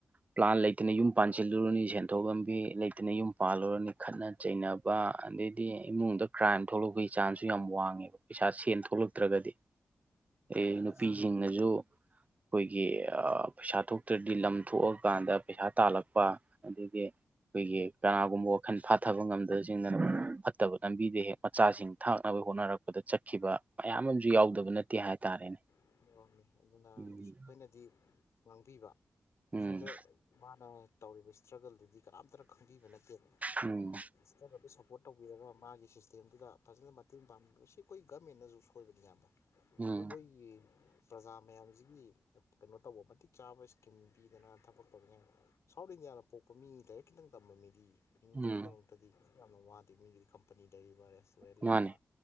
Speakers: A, on the right; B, on the left.
A: ꯄ꯭ꯂꯥꯟ ꯂꯩꯇꯅ ꯌꯨꯝ ꯄꯥꯟꯁꯤꯜꯂꯨꯔꯅꯤ ꯁꯦꯟꯊꯣꯛ ꯂꯝꯕꯤ ꯂꯩꯇꯅ ꯌꯨꯝ ꯄꯥꯜꯂꯨꯔꯅꯤ ꯈꯠꯅ ꯆꯩꯅꯕ ꯑꯗꯩꯗꯤ ꯏꯃꯨꯡꯗ ꯀ꯭ꯔꯥꯏꯝ ꯊꯣꯛꯂꯛꯄꯒꯤ ꯆꯥꯟꯁꯁꯨ ꯌꯥꯝ ꯋꯥꯡꯉꯦꯕ꯫ ꯄꯩꯁꯥ ꯁꯦꯟ ꯊꯣꯛꯂꯛꯇ꯭ꯔꯒꯗꯤ, ꯑꯩ
B: ꯃꯥꯅ
A: ꯅꯨꯄꯤꯁꯤ
B: ꯁꯨꯝ
A: ꯖꯨ ꯈꯣꯏꯒꯤ ꯑ ꯄꯩꯁꯥ ꯊꯣꯛꯇ꯭ꯔꯗꯤ ꯂꯝ ꯊꯣꯛꯑꯀꯥꯟꯗ ꯄꯩꯁꯥ ꯇꯥꯜꯂꯛꯄ ꯑꯗ‌ꯩꯗꯤ ꯈꯣꯏꯒꯤ ꯀꯅꯥꯒꯨꯝꯕ ꯋꯥꯈꯜ ꯐꯥꯊꯕ ꯉꯝꯗꯕꯁꯤꯡꯅ ꯐꯠꯇꯕ ꯂꯝꯕꯤꯗ ꯍꯦꯛ ꯃꯆꯥꯁꯤꯡ ꯊꯥꯛꯅꯕ ꯍꯣꯠꯅꯔꯛꯄꯗ ꯆꯠꯈꯤꯕ ꯃꯌꯥꯝ ꯑꯃꯁꯨ ꯌꯥꯎꯗꯕ
B: ꯃꯥꯅꯤ
A: ꯅꯠꯇꯦ ꯍꯥꯏꯇꯥꯔꯦꯅꯦ꯫
B: <inaudible> ꯑꯗꯨꯅ
A: ꯎꯝ
B: ꯁꯨ ꯈꯣꯏꯅꯗꯤ ꯉꯥꯡꯕꯤꯕ
A: ꯎꯝ
B: ꯁꯨꯝꯗ ꯃꯥꯅ ꯇꯧꯔꯤꯕ ꯁ꯭ꯇ꯭ꯔꯒꯜꯗꯨꯗꯤ ꯀꯅꯥꯝꯇꯅ ꯈꯪꯕꯤꯕ ꯅꯠꯇꯦꯕ꯫
A: ꯎꯝ
B: <unintelligible> ꯁꯞꯄꯣꯔꯠ ꯇꯧꯕꯤꯔꯒ ꯃꯥꯒꯤ ꯁꯤꯁꯇꯦꯝꯗꯨꯗ ꯐꯖꯅ ꯃꯇꯦꯡ ꯄꯥꯡꯕꯤꯕ ꯁꯤ ꯈꯣꯏꯒꯤ ꯒꯃꯦꯟꯅꯁꯨ ꯁꯣꯏꯕꯅꯤ ꯌꯥꯝ
A: ꯎꯝ
B: ꯑꯈꯣꯏꯒꯤ ꯄ꯭ꯔꯥꯖꯥ ꯃꯌꯥꯝꯁꯤꯒꯤ ꯀꯩꯅꯣ ꯇꯧꯕ ꯃꯇꯤꯛ ꯆꯥꯕ ꯁ꯭ꯀꯤꯝ ꯄꯤꯗꯅ ꯊꯕꯛ ꯇꯧꯅꯤꯉꯥꯏ ꯁꯥꯎꯠ ꯏꯟꯗꯤꯌꯥꯗ ꯄꯣꯛꯄ ꯃꯤ ꯂꯥꯏꯔꯤꯛ ꯈꯤꯇꯪ ꯇꯝꯕ ꯃꯤꯗꯤ ꯍꯤꯡꯕꯒꯤꯗꯃꯛ
A: ꯎꯝ
B: ꯇꯗꯤ <inaudible> ꯌꯥꯝꯅ ꯋꯥꯗꯦ ꯃꯤꯒꯤꯗꯤ ꯀꯝꯄꯅꯤ ꯂꯩꯔꯤꯕ ꯔꯦꯁꯇꯨꯔꯦꯟ ꯂꯩꯔꯤꯕ
A: ꯃꯥꯅꯦ